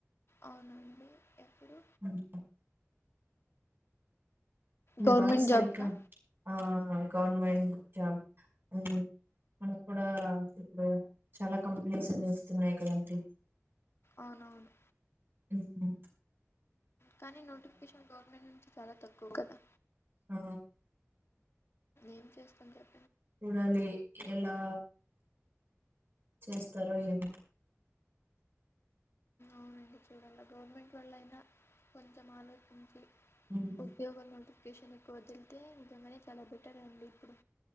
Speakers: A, on the left; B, on the right.
A: అవునండి ఎప్పుడు
B: హ్మ్. మీ
A: గవర్నమెంట్
B: వాయిస్ సరిగ్గ
A: జాబ్సా
B: ఆ ఆ గవర్నమెంట్ జాబ్ ఉ మనకు కూడా ఇప్పుడు చాలా కంపెనీస్ అన్ని ఇస్తున్నాయి కదండి.
A: అవునవును
B: ఉమ్మ్
A: కానీ నోటిఫికేషన్ గవర్నమెంట్ నుంచి చాలా తక్కువ కదా
B: ఆ
A: ఏం చేస్తున్నావ్
B: చూడాలి ఎలా చేస్తారో ఏమో
A: అవునండి చూడాల గవరన్మెంట్ వాళైనా కొంచెం ఆలోచించి
B: హ్మ్.
A: ఉద్యోగం నుండి కేషన్ ఎక్కువ వదిలితే నింకంగానే చాలా బెటర్ అండి ఇప్పుడు